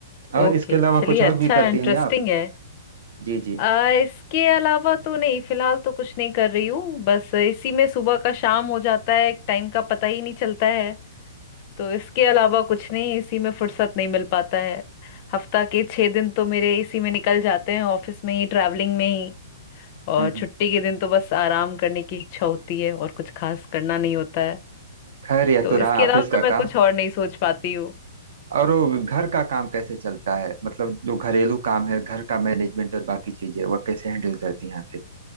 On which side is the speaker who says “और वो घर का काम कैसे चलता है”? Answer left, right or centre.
Right